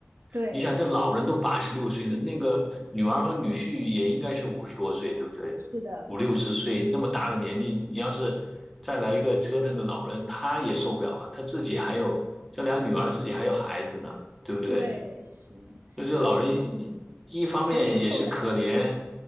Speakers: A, on the right; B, in the centre.
A: 对，
B: 你想，这老人都八十六岁了，那个女儿和女婿也应该是五十多岁，
A: 是。
B: 对不对？
A: 是的，
B: 五六十岁那么大的年纪，你要是再来一个折腾的老人，他也受不了啊。他自己还有这俩女儿，自己还有孩子呢，对不对？
A: 对，是，
B: 就是老人也一方面也是可怜
A: 所以后来，